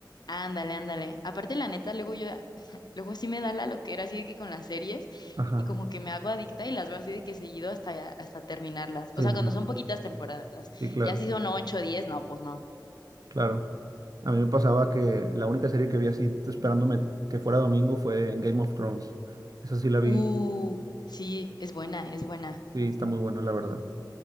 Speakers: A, on the left (about 65°); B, on the right (about 55°).
A: Ándale, ándale. Aparte, la neta, luego yo, <laughs> luego sí me da la loquera así de que con las series
B: Ajá.
A: y como que me hago adicta y las veo así de que seguido hasta, hasta terminarlas.
B: Sí,
A: O sea,
B: sí,
A: cuando
B: sí,
A: son poquitas temporadas,
B: Sí, claro,
A: ya si son ocho o diez, no, pues no.
B: claro. A mí me pasaba que la única serie que vi así esperándome que fuera domingo fue Game of Thrones. Esa sí la vi.
A: Uh, sí, es buena, es buena.
B: Sí, está muy buena, la verdad.